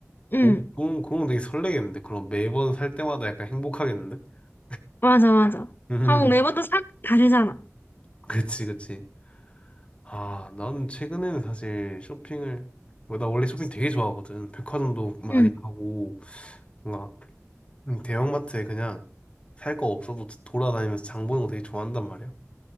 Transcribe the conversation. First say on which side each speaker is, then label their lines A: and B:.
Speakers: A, on the left; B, on the left.
A: 음,
B: 오, 그럼, 그럼 되게 설레겠는데? 그럼 매번 살 때마다 약간 행복하겠는데? <laughs>
A: 맞아, 맞아.
B: 음,
A: 하고 매번 또 사, 다르잖아.
B: 그치, 그치. 아, 나는 최근에는 사실 쇼핑을, 뭐, 나 원래 쇼핑 되게 좋아하거든. 백화점도 많이
A: 응
B: 가고, 뭔가, 음, 대형마트에 그냥 살 거 없어도 돌아다니면서 장 보는 거 되게 좋아한단 말이야.